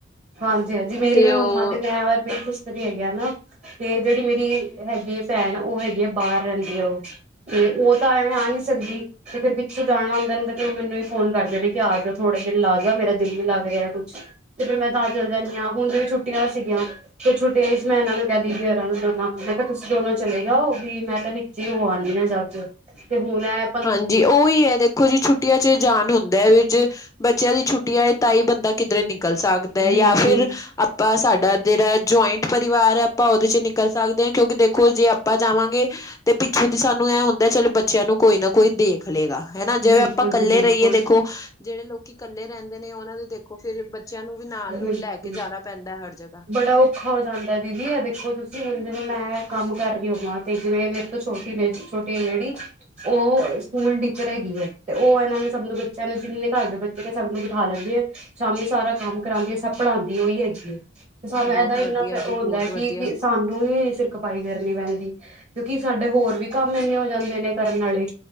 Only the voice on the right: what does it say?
ਹਾਂਜੀ ਹਾਂਜੀ, ਮੇਰੀ
ਵੀ
ਮੰਮਾ ਤੇ ਮੈਂ ਔਰ ਮੇਰੀ ਖੁ ਕਦੀ ਹੈਗੇ ਆ ਨਾ ਤੇ ਜੇੜੀ ਮੇਰੀ ਹੈਗੀ ਏ ਭੈਣ ਓਹ ਹੈਗੀ ਏ ਬਾਰ ਰੈੰਦੀ ਐ ਓਹ। ਤੇ ਓ ਤਾਂ ਐਵੇਂ ਆ ਨੀ ਸਕਦੀ। ਤੇ ਫੇਰ ਪਿੱਛੋਂ ਜਾਣਾ ਹੁੰਦਾ ਨੇ ਤੇ ਫਿਰ ਓਹ ਮੈਨੂੰ ਈ ਫੋਨ ਕਰਦੇ ਨੇ ਕੇ ਆਜਾ, ਥੋੜੇ ਦਿਨ ਲਾ ਜਾ, ਮੇਰਾ ਦਿਲ ਵੀ ਲੱਗ ਰਿਆ ਯਾ ਕੁਛ। ਤੇ ਫਿਰ ਮੈਂ ਤਾਂ ਚੱਲ ਜਾਣੀ ਆਂ, ਹੁਣ ਜਿਵੇ ਛੁੱਟੀਆਂ ਸੀਗੀਆਂ ਤੇ ਛੁੱਟੀਆਂ ਇਚ ਮੈਂ ਇਹਨਾਂ ਨੂੰ ਕਿਆ ਦੀਦੀ ਔਰਾ ਨੂੰ ਦੋਨਾਂ ਨੂੰ, ਮੈਂ ਕਿਆ ਤੁਸੀਂ ਦੋਨੋ ਚਲੇ ਜਾਓ ਵੀ ਮੈਂ ਤੇ ਜੇ ਓਹ ਆਣਗੇ ਨਾ ਜੱਦ ਤੇ ਹੁਣ ਐਹ
ਬਿਲਕੁਲ
ਬਿਲਕੁਲ
ਜੀ ਬਿਲਕੁਲ,
ਬਿਲਕੁਲ।
ਬੜਾ ਔਖਾ ਹੋ ਜਾਂਦਾ ਦੀਦੀ ਆ ਦੇਖੋ ਤੁਸੀਂ ਹੁਣ ਜਿਵੇਂ ਮੈਂ ਕੰਮ ਕਰ ਰਹੀ ਹੋਵਾਂ ਤੇ ਜਿਵੇਂ ਮੇਰੇ ਤੋਂ ਛੋਟੀ ਬੇਟੀ ਛੋਟੀ ਅਹ ਜਿਹੜੀ ਉਹ ਸਕੂਲ ਟੀਚਰ ਹੈਗੀ ਹੈ ਤੇ ਉਹ ਇਹਨਾਂ ਨੇ ਸਭ ਨੂੰ ਬੱਚਿਆਂ ਨੂੰ ਜਿੰਨੇ ਘਰ ਦੇ ਬੱਚੇ ਸਭ ਨੂੰ ਬਿਠਾ ਲੈਂਦੀ ਏ। ਸ਼ਾਮੀ ਸਾਰਾ ਕੰਮ ਕਰਾਉਂਦੀ ਹੈ ਸਭ ਪੜ੍ਹਾਉਦੀ ਉਹੀ ਹੈਗੀ ਏ ਤੇ ਸਾਨੂੰ
ਇਹਦਾ
ਇੰਨਾ ਫੈ
ਹੁੰਦਾ
ਹੈ
ਕਿ ਸਾਨੂੰ ਵੀ ਖਪਾਈ ਕਰਨੀ ਪੈਂਦੀ ਕਿਉਂਕਿ ਸਾਡੇ ਹੋਰ ਵੀ ਕੰਮ ਇੰਨੇ ਹੋ ਜਾਂਦੇ ਨੇ ਕਰਨ ਆਲੇ